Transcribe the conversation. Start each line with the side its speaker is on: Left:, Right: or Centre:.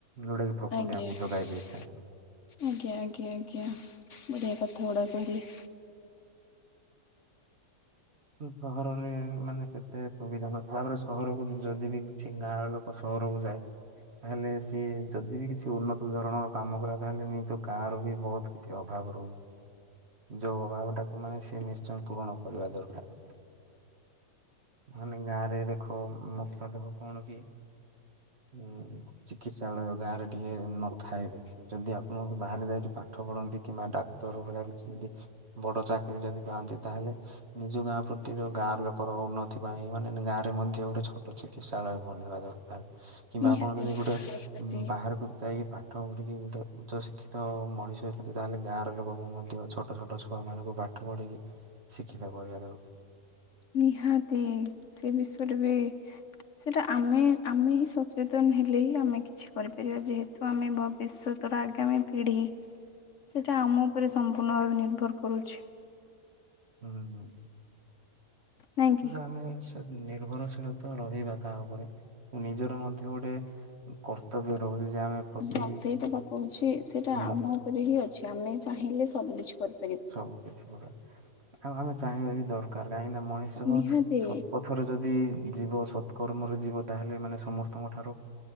Right: ଯୋଉଟାକି ପ୍ରକୃତି
Left: ଆଜ୍ଞା
Right: ଆମକୁ
Left: ଆଜ୍ଞା
Right: ଯୋଗାଇ ଦେଇଥାଏ
Left: ଆଜ୍ଞା ଆଜ୍ଞା ବଢ଼ିଆ କଥା ଗୁଡ଼ା କହିଲେ।
Right: ସହରରେ ମାନେ ସେତେ ସୁବିଧା ନଥିଲା ତାପରେ ସହରକୁ ଯଦି ବି କିଛି ଗାଁରେ ଲୋକ ସହରକୁ ଯାଏ। ତାହେଲେ ସିଏ ଯଦି ବି କିଛି ଉନ୍ନତ ଧରଣର କାମ କଲା ତାହେଲେ ନିଜ ଗାଁ ର ବି ବହୁତ କିଛି ଅଭାବ ରହୁଛି ଯୋଉ ଅଭାବ ଟାକୁ ମାନେ ସିଏ ନିଶ୍ଚୟ ପୂରଣ କରିବା ଦରକାର। ମାନେ ଗାଁ ରେ ଦେଖ ମୁଖ୍ୟ ଦେଖ କଣ କି ହୁଁ। ଚିକିତ୍ସାଳୟ ଗାଁରେ ଟିକେ ନଥାଏ ଦେଖ ଯଦି ଆପଣ ବାହାରେ ଯାଇକି ପାଠ ପଢନ୍ତି କିମ୍ବା ଡାକ ତର ଭଳିଆ କିଛି ଯଦି ବଡ ଚାକିରୀ ଯଦି ପାଆନ୍ତି ତାହେଲେ ନିଜ ଗାଁ ପ୍ରତି ଗାଁ ଲୋକର ଉନ୍ନତି ପାଇଁ ମାନେ ଗାଁରେ ମଧ୍ୟ ଗୋଟେ ଛୋଟ ଚିକିତ୍ସାଳୟ ବନେଇବା ଦରକାର। କିମ୍ବା
Left: ନିହାତି
Right: ଆପଣ ଯଦି ଗୋଟେ
Left: ନିହାତି
Right: ବାହାରକୁ ଯାହାକି ପାଠ ପଢ଼ିକି ଗୋଟେ ଉଚ୍ଚଶିକ୍ଷିତ ମଣିଷ ଅଛନ୍ତି ତା ହେଲେ ଗାଁର ଲୋକଙ୍କୁ ମଧ୍ୟ ଛୋଟ ଛୋଟ। ଛୁଆ ମାନଙ୍କୁ ପାଠ ପଢିକି ଶିକ୍ଷିତ କରିବା ଦରକାର।
Left: ନିହାତି ସେ ବିଷୟରେ ବି ସେଟା ଆମେ ଆମେ ହିଁ ସଚେତନ ହେଲେ ହିଁ ଆମେ କିଛି କରିପାରିବା ଯେତୁ। ସ ଆମେ ଭବିଷ୍ୟତର ଆଗାମୀ ପିଢ଼ି।
Right: <inaudible>
Left: ସେଇଟା ଆମ ଉପରେ ସମ୍ପୂର୍ଣ୍ଣ ଭାବେ ନିର୍ଭର କରୁଛି।
Right: ହୁଁ ହୁଁ
Left: ନାଇଁ କି?
Right: ଗ ଆମେ ନିର୍ଭରଶୀଳତା ରହିବା ତା ଉପରେ ନିଜର ମଧ୍ୟ ଗୋଟେ କର୍ତ୍ତବ୍ୟ ରହୁଛି ଯେ ଆମେ ପ୍ରତି
Left: ହଁ ସେଇଟା ବା କହୁଛି ସେଇଟା ଆମ
Right: ମ
Left: ଉପରେ ହିଁ ଅଛି ଆମେ ଚାହିଁଲେ ସବୁ କିଛି କରୁ
Right: ସବୁ କିଛି ଗଡା ଆଉ ଆମେ ଚାହିଁବା ବି ଦରକାର କାହିଁକି ମଣିଷ
Left: ନିହାତି
Right: ସତପଥ ପଥରେ ଯଦି ଯିବ ସତ୍କର୍ମରେ ଯିବ ତାହେଲେ ମାନେ ସମସ୍ତଙ୍କ ଠାରୁ